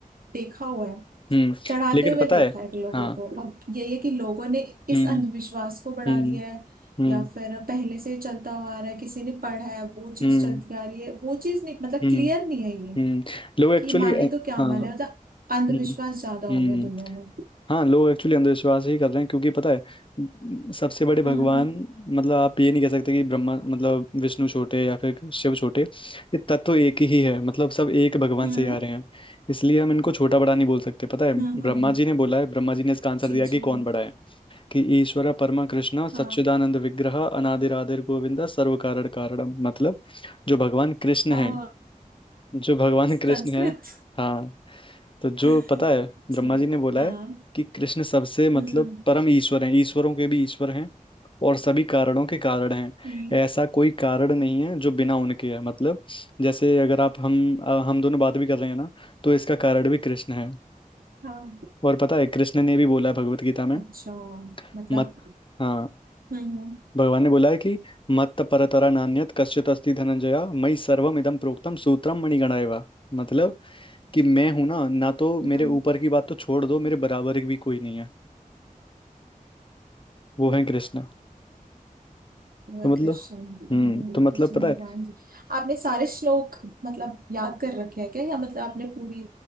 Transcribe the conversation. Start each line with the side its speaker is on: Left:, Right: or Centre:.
Right: देखा हुआ है
Left: हम्म।
Right: चढ़ाते
Left: लेकिन
Right: हुए
Left: पता
Right: देखा
Left: है
Right: है कि लोगों
Left: हाँ
Right: को अब यही है कि लोगों ने इस
Left: हम्म
Right: अंधविश्वास को बढ़ा
Left: हम्म
Right: दिया है
Left: हम्म
Right: या फिर पहले से ही चलता हुआ आ रहा है किसी ने पढ़ा है वो चीज
Left: हम्म
Right: चलती आ रही है वो चीज नहीं मतलब
Left: हम्म
Right: क्लियर नहीं है ये
Left: हम्म लोग एक्चुअली
Right: कि माने तो क्या
Left: हाँ
Right: माने मतलब अंधविश्वास
Left: हम्म
Right: ज्यादा हो
Left: हम्म
Right: गया दुनिया में
Left: हाँ लोग एक्चुअली अंधविश्वास ही कर रहे हैं क्योंकि पता है म, सबसे बड़े भगवान
Right: हम्म
Left: मतलब आप ये नहीं कह सकते कि ब्रह्मा मतलब विष्णु छोटे या फिर शिव छोटे ये तत्व एक ही है मतलब सब एक भगवान
Right: हम्म
Left: से ही आ रहे हैं इसलिए हम इनको छोटा बड़ा नहीं बोल सकते पता है
Right: हम्म
Left: ब्रह्मा
Right: हम्म,
Left: जी ने बोला है ब्रह्मा जी ने इसका आंसर
Right: जी
Left: दिया कि
Right: जी
Left: कौन बड़ा है कि ईश्वर परमा कृष्ण
Right: हाँ
Left: सच्चिदानंद विग्रह अनादिर आदिर गोविंदा सर्व कारण कारणम मतलब जो भगवान कृष्ण
Right: और
Left: है जो भगवान कृष्ण
Right: संस्कृत
Left: है हाँ तो जो
Right: <laughs>
Left: पता है ब्रह्मा
Right: जी
Left: जी ने बोला
Right: हाँ
Left: है कि कृष्ण सबसे मतलब
Right: हम्म
Left: परम ईश्वर हैं ईश्वरों के भी ईश्वर हैं और सभी कारणों के कारण हैं
Right: हम्म,
Left: ऐसा कोई कारण नहीं है जो बिना उनके है मतलब जैसे अगर आप हम अ, हम दोनों बात भी कर रहे हैं ना तो इसका कारण भी कृष्ण है
Right: हाँ
Left: और पता है कृष्ण ने भी बोला है भगवत गीता में
Right: अच्छा मतलब
Left: मत हाँ
Right: हम्म
Left: भगवान ने बोला है कि मत परतरा नान्यत कश्चित अस्ति धनंजया मयि सर्वमिदं प्रोक्तम सूत्रम मणिगणा एव मतलब कि मैं हूं ना ना तो
Right: अच्छा,
Left: मेरे ऊपर की बात तो छोड़ दो मेरे बराबर भी कोई नहीं है वो है कृष्णा
Right: वह
Left: तो मतलब
Right: कृष्ण
Left: हम्म तो मतलब
Right: कृष्ण
Left: पता
Right: भगवान
Left: है
Right: जी आपने सारे श्लोक मतलब याद कर रखे हैं क्या या मतलब आपने पूरी